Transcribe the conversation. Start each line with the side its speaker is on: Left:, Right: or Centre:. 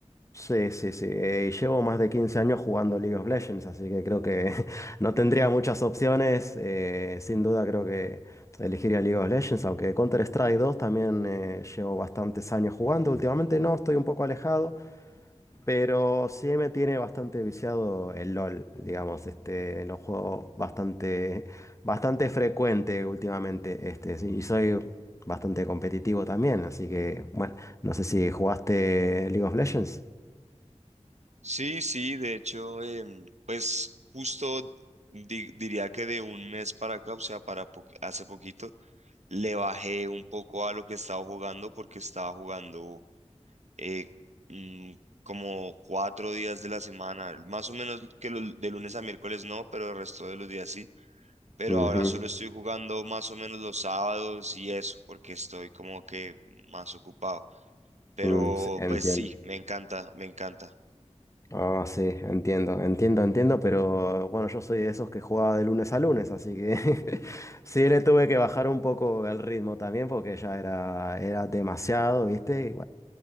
Left: Sí, sí, sí. eh, y llevo más de 15 años jugando League of Legends, así que creo que <laughs> no tendría muchas opciones. eh, sin duda creo que elegiría League of Legends, aunque Counter-Strike 2 también eh, llevo bastantes años jugando. Últimamente no, estoy un poco alejado, pero sí me tiene bastante viciado el LOL, digamos. Este, lo juego bastante, bastante frecuente últimamente, este, sí, y soy bastante competitivo también, así que bueno, no sé si jugaste League of Legends.
Right: Sí, sí, de hecho, em, pues justo di- diría que de un mes para acá, o sea, para po- hace poquito, le bajé un poco a lo que estaba jugando porque estaba jugando eh, mm, como cuatro días de la semana, más o menos que los- de lunes a miércoles no, pero el resto de los días sí. Pero
Left: Ujú.
Right: ahora solo estoy jugando más o menos los sábados y eso, porque estoy como que más ocupado. Pero
Left: Mm, sí, entiendo.
Right: pues sí, me encanta, me encanta.
Left: Ah, sí, entiendo, entiendo, entiendo, pero bueno, yo soy de esos que jugaba de lunes a lunes, así que <laughs> sí le tuve que bajar un poco el ritmo también porque ya era, era demasiado, ¿viste?